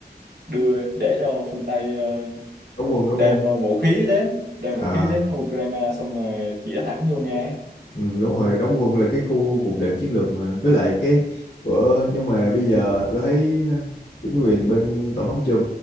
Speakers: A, on the right (about 70°); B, on the left (about 80°).
A: đưa để cho phương Tây ờ,
B: đóng quân đúng
A: đem
B: không
A: ờ, vũ khí đến đem vũ
B: à
A: khí đến Ukraine xong rồi chĩa thẳng vô Nga ấy.
B: ừ, đúng rồi đóng quân là cái khu vùng đệm chiến lược mà với lại cái bữa nhưng mà bây giờ tôi thấy ờ, chính quyền bên tổng thống Trump